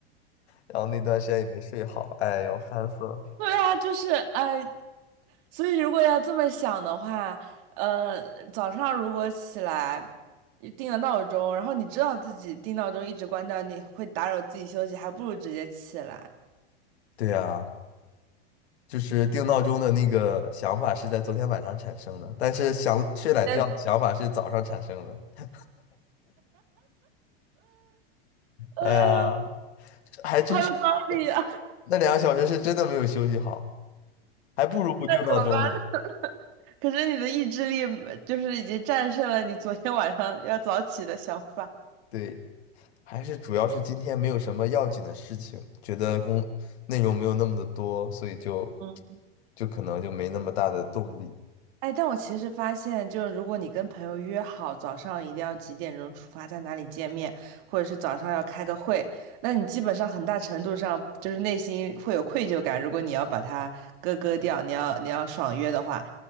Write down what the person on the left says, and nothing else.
然后那段时间也没睡好，哎呦，烦死了。
对呀，就是定闹钟的那个想法是在昨天晚上产生的，但是想睡懒觉的想法是早上产生的。
哎呀，还真是，
那两个小时是真的没有休息好，还不如不定闹钟呢。
对，还是主要是今天没有什么要紧的事情，觉得工内容没有那么的多，所以就
就可能就没那么大的动力。